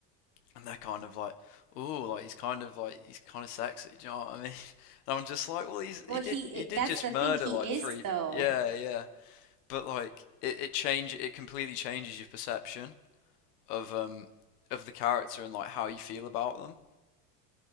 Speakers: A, on the left; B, on the right.
A: and they're kind of like, oh, like he's kind of like he's kind of sexy. Do you know what I mean? <laughs> And I'm just like, well, he's
B: Well,
A: he did
B: he
A: he
B: it,
A: did
B: that's
A: just
B: the
A: murder
B: thing. He
A: like
B: is
A: three,
B: though.
A: yeah, yeah. But like it it change it completely changes your perception of um of the character and like how you feel about them.